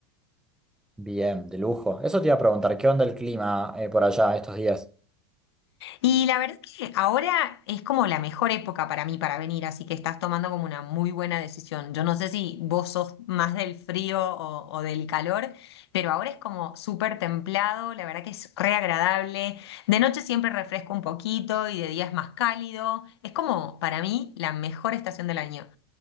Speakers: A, in the centre; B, on the left.
A: Bien, de lujo. Eso te iba a preguntar, ¿qué onda el clima eh, por allá estos días?
B: Y la verdad es que ahora es como la mejor época para mí para venir, así que estás tomando como una muy buena decisión. Yo no sé si vos sos más del frío o, o del calor, pero ahora es como súper templado, la verdad que es re agradable. De noche siempre refresca un poquito y de día es más cálido. Es como para mí la mejor estación del año.